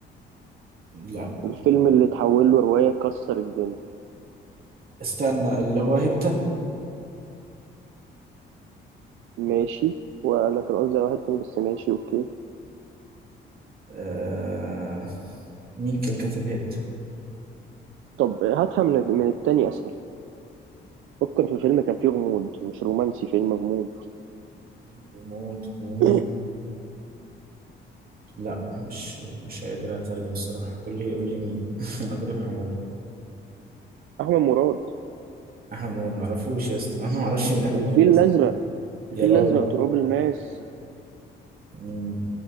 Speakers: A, on the right; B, on the right.
A: لا
B: الفيلم
A: ما-
B: اللي اتحول له رواية كسر الدنيا
A: استنى اللي هو هيبتا
B: ماشي وانا كان قصدي على واحد تاني بس ماشي اوكي
A: آه مين كان كاتب هيبتا
B: طب هاتها من من التاني اسهل فكر في فيلم كان فيه غموض مش رومانسي فيلم غموض
A: غموض غموض
B: <clears throat>
A: لا مش مش قادر اترجم الصراحه قول لي قول لي مين <laughs> انا غريب حموري
B: احمد مراد
A: احمد مراد معرفوش يا اسطى انا معرفش مين احمد
B: الفيل
A: مراد اصلا
B: الازرق الفيل
A: يا راجل
B: الازرق تراب الماس
A: مم،